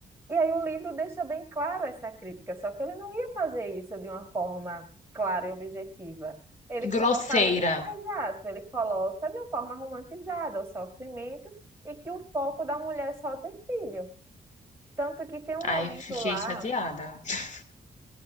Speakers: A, on the right; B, on the left.
A: E aí o livro deixa bem claro essa crítica, só que ele não ia fazer isso de uma forma clara e objetiva. Ele coloca
B: grosseira.
A: ali, exato, ele coloca de uma forma romantizada o sofrimento e que o foco da mulher é só ter filho. Tanto que tem um momento
B: Ai, fiquei
A: lá.
B: chateada. <laughs>